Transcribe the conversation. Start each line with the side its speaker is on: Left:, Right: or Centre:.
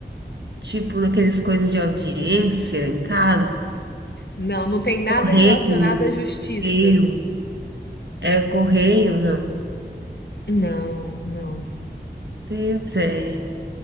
Right: tipo, naqueles coisas de audiência em casa.
Left: Não, não tem nada
Right: Correio,
Left: relacionado à justiça.
Right: correio. É correio, não.
Left: Não, não.
Right: Deus, é.